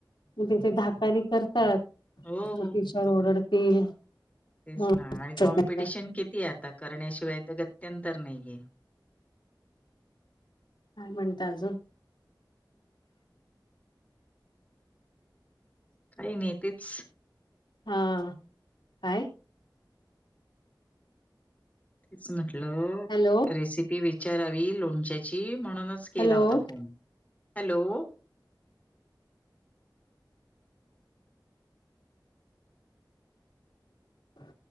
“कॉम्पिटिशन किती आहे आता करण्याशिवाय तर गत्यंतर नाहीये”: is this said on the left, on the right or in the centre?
Left